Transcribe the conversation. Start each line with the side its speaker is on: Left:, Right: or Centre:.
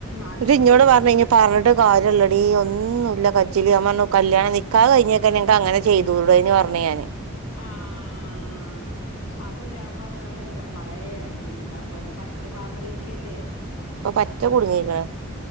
Left: ആലുക്കാസിലും
Right: ന്ന്ട്ട് ഇന്നോട്
Left: ഇതിലൊക്കെ
Right: പർഞ്ഞു ഞ്ഞി പർഞ്ട്ട് കാര്യല്ലടീ ഒന്നും ഇല്ല കജ്ജ്ല് ഞ പർഞ്ഞു കല്യാണം നിക്കാഹ് കയ്ഞ്ഞെ ന്ന ങ്ങക്ക് അങ്ങനെ ചെയ്തൂടേന്നോ പർഞ് ഞാന്
Left: ആഹ് അപ്പൊ ഞാ പർഞ്ഞു എന്താ മളെ അയ്നെന്താ അപ്പന്ന് പറ്റ പാപ്പരായ്ക്കല്ലേ
Right: ഇപ്പൊ പറ്റ കുടുങ്ങീക്ക്ണ്